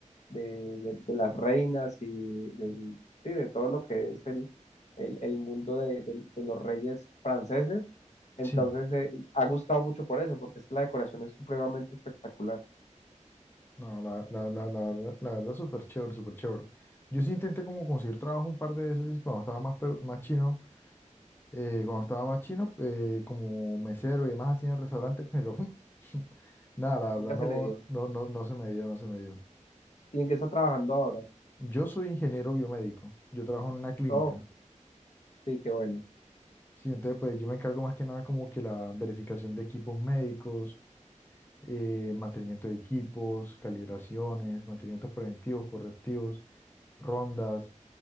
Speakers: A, on the left (about 60°); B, on the left (about 15°).
A: de- de- de las reinas y del- sí, de todo lo que es el el, el mundo de, de- de los reyes franceses entonces,
B: Sí.
A: eh, ha gustado mucho por eso, porque es que la decoración es supremamente espectacular.
B: No, la, la, la, la verdad, la verdad súper chévere, súper chévere. Yo sí intenté como conseguir trabajo un par de veces cuando estaba más, pe- más chino, eh, cuando estaba más chino, eh, como mesero y demás así en restaurantes, pero <laughs> nada, la
A: Nunca
B: verdad no,
A: se le dio.
B: no, no, no se me dio, no se me dio.
A: ¿Y en qué está trabajando ahora?
B: Yo soy ingeniero biomédico, yo trabajo en una clínica,
A: Oh, sí, qué bueno.
B: ¿sí? Entonces, pues yo me encargo más que nada como que la verificación de equipos médicos, eh, mantenimiento de equipos, calibraciones, mantenimientos preventivos, correctivos, rondas,